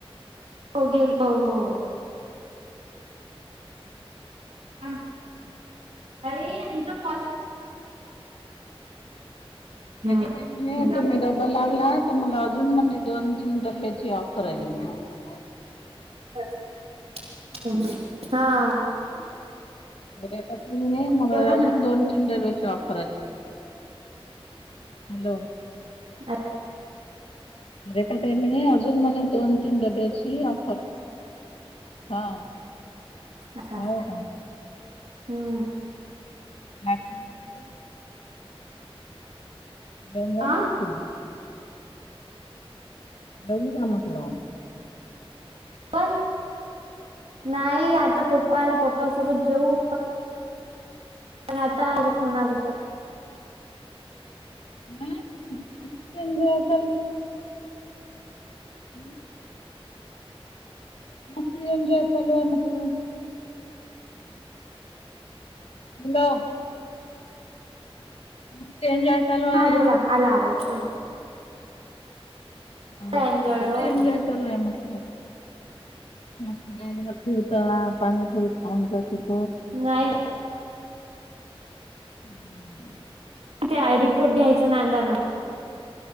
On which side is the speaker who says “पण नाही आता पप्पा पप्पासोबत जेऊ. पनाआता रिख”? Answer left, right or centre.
Right